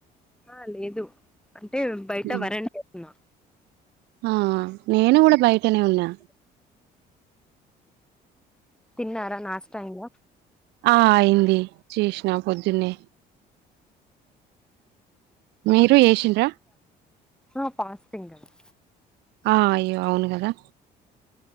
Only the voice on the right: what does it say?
ఉమ్.
ఆ నేను కూడా బయ చెప్తనే ఉన్నా
ఆ అయింది చేసినా పొద్దున్నే మీరు చేసిండ్రా
ఆ అయ్యో అవును కదా